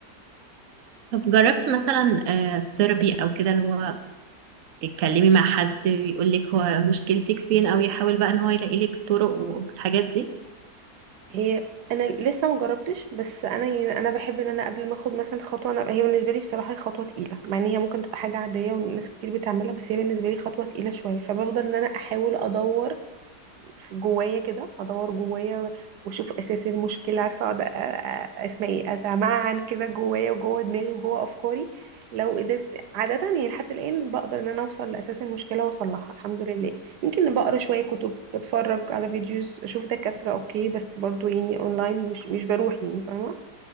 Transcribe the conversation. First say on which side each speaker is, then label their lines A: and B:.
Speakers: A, on the right; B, on the right.
A: طب جربتي مثلا آه، ثيرابي او كده اللي هو تتكلمي مع حد يقول لك هو مشكلتك فين او يحاول بقى ان هو يلاقي لك طرق والحاجات دي
B: هي انا لسه ما جربتش بس انا يعني انا بحب ان انا قبل ما اخد مثلا خطوه انا هي بالنسبه لي بصراحه هي خطوه تقيله مع ان هي ممكن تبقى حاجه عاديه وناس كتير بتعملها بس هي بالنسبه لي خطوه تقيله شويه فبفضل ان انا احاول ادور في جوايا كده ادور جوايا واشوف اساس المشكله عارفه اقعد أ- أ- اسمع ايه اتمعن كده جوايا وجوه دماغي وجوه افكاري لو قدرت عاده يعني لحد الان بقدر ان انا اوصل لاساس المشكله واصلحها الحمد لله يمكن بقرا شويه كتب بتفرج على فيديوز اشوف دكاتره اوكي بس برضو يعني اونلاين مش مش بروح يعني فاهمه